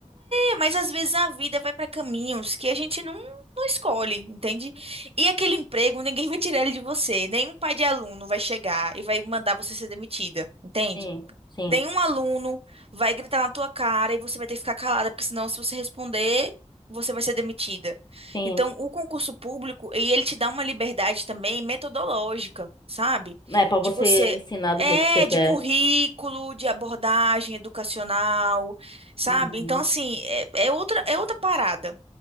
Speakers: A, on the right; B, on the left.
A: é, mas às vezes a vida vai para caminhos que a gente não, não escolhe, entende? E aquele emprego, ninguém <laughs> vai tirar ele de você. Nenhum pai de aluno vai chegar e vai mandar você ser demitida, entende?
B: Sim, sim,
A: Nenhum aluno vai gritar na tua cara e você vai ter que ficar calada, porque senão, se você responder, você vai ser demitida.
B: sim.
A: Então, o concurso público, e ele te dá uma liberdade também metodológica, sabe?
B: É pra você
A: De você.
B: ensinar do
A: É,
B: jeito que você quer.
A: de currículo, de abordagem educacional, sabe?
B: Uhum.
A: Então, assim, é, é outra, é outra parada.